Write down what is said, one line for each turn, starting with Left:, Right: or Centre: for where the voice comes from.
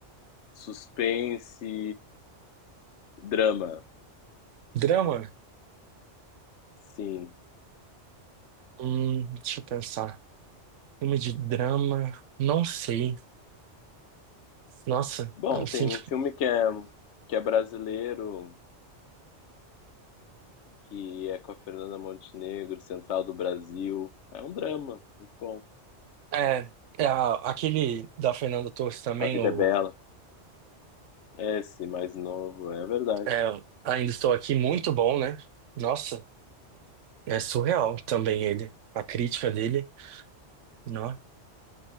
Left: Suspense, drama,
Right: Drama?
Left: sim.
Right: Hum, deixa eu pensar. Filme de drama? Não sei. Nossa,
Left: Bom,
Right: assim,
Left: tem um
Right: tipo,
Left: filme que é, que é brasileiro, que é com a Fernanda Montenegro, Central do Brasil. É um drama, muito bom.
Right: é, é a- aquele da Fernanda Torres também,
Left: A Vida
Right: o
Left: é Bela, é esse mais novo, é verdade.
Right: é, Ainda Estou Aqui, muito bom, né? Nossa, é surreal também ele, a crítica dele, não?